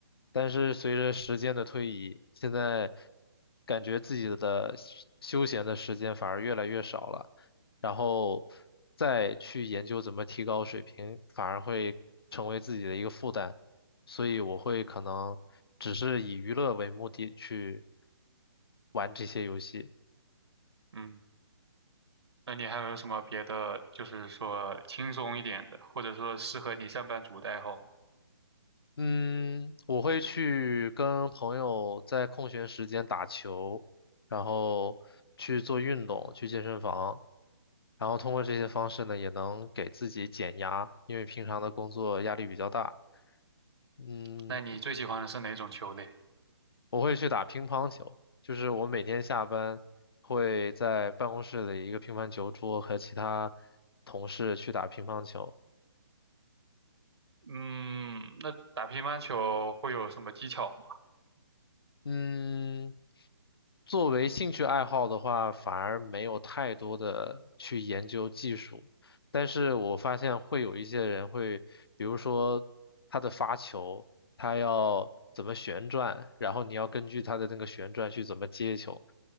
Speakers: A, on the left; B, on the right.
A: 但是随着时间的推移，现在感觉自己的休休闲的时间反而越来越少了，然后再去研究怎么提高水平，反而会成为自己的一个负担，所以我会可能只是以娱乐为目的去玩这些游戏。
B: 嗯，那你还有什么别的，就是说轻松一点的，或者说适合你上班族的爱好？
A: 嗯，我会去跟朋友在空闲时间打球，然后去做运动，去健身房，然后通过这些方式呢，也能给自己减压，因为平常的工作压力比较大。嗯，
B: 那你最喜欢的是哪种球类？
A: 我会去打乒乓球，就是我每天下班会在办公室的一个乒乓球桌和其他同事去打乒乓球。
B: 嗯，那打乒乓球会有什么技巧吗？
A: 嗯，作为兴趣爱好的话，反而没有太多的去研究技术，但是我发现会有一些人会，比如说他的发球，他要怎么旋转，然后你要根据他的那个旋转去怎么接球，